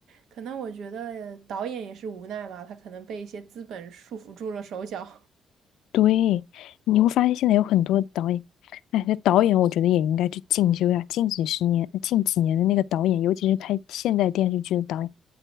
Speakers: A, on the right; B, on the left.
A: 可能我觉得导演也是无奈吧，他可能被一些资本束缚住了手脚。
B: 对，你会发现现在有很多导演，哎，这导演我觉得也应该去进修呀。近几十年、近几年的那个导演，尤其是拍现代电视剧的导演，